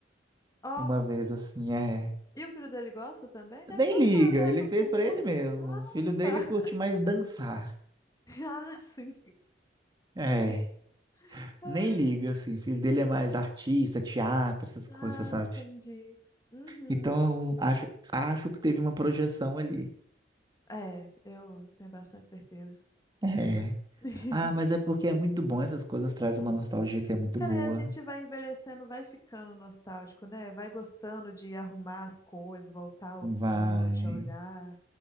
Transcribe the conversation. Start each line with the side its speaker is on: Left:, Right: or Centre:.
Left: Ó,
Right: Uma vez, assim, é.
Left: e o filho dele gosta também? Deve
Right: Nem
Left: gostar,
Right: liga,
Left: né?
Right: ele
Left: Acostumou.
Right: fez pra ele mesmo.
Left: Ah,
Right: O filho dele
Left: tá. <laughs>
Right: curte mais dançar.
Left: Ah, sim.
Right: É.
Left: É. Ai,
Right: Nem liga, assim, O filho dele é mais artista, teatro, essas coisas,
Left: Ah,
Right: sabe?
Left: entendi. Uhum.
Right: Então, acho, acho que teve uma projeção ali.
Left: É, eu tenho bastante certeza.
Right: É.
Left: <laughs>
Right: Ah, mas é porque é muito bom, essas coisas trazem uma nostalgia que é muito
Left: Cara,
Right: boa.
Left: e a gente vai envelhecendo, vai ficando nostálgico, né? Vai gostando de arrumar as coisas, voltar a
Right: Vai.
Left: ouvir, ou já olhar.